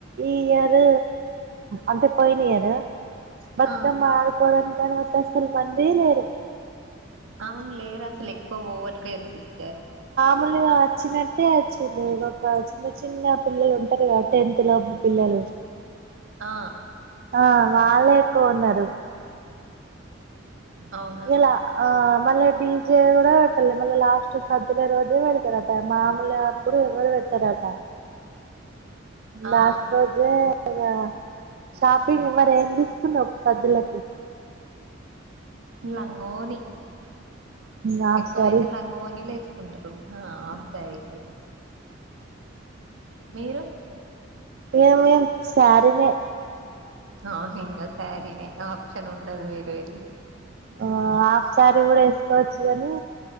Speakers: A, on the right (about 50°); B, on the right (about 80°).
A: ఈ ఇయర్ అంటే పోయిన ఇయరు బతుకమ్మ
B: ఆ
A: అడుకొడానికని వోతే సలు మందే లేరు
B: అవును లేరు అసలు ఎక్కువ పోవట్లేరు సిస్టర్
A: మూలుగా వచ్చినట్టే వచ్చిరు ఒక చిన్న చిన్న పిల్లలు ఉంటారు కదా టెన్త్ లోపు పిల్లలు
B: ఆ
A: ఆ వాళ్లే ఎక్కువ ఉన్నారు
B: అవునా
A: ఇలా ఆ మళ్ల డీజె కూడా ఇగ మళ్ల లాస్ట్ సద్దుల రోజే పెడతారట మామూలు అప్పుడు ఎవరు పెట్టారట లాస్ట్
B: ఆ
A: రోజే ఇగ షాపింగ్ మరి ఏం తీసుకున్నావు సద్దులకి
B: లంగా వోని
A: హాఫ్
B: ఎక్కువైతే
A: సారీ
B: లంగ వోనీలు వేసుకుంటరు ఆ ఆఫ్ సారీస్ మీరు
A: ఏం ఏం సారీనే
B: అవును ఇంగ సారీనే ఆప్షన్ ఉండదు వేరేది
A: ఆ హాఫ్ సారీ కూడా వేసుకోవచ్చు కాని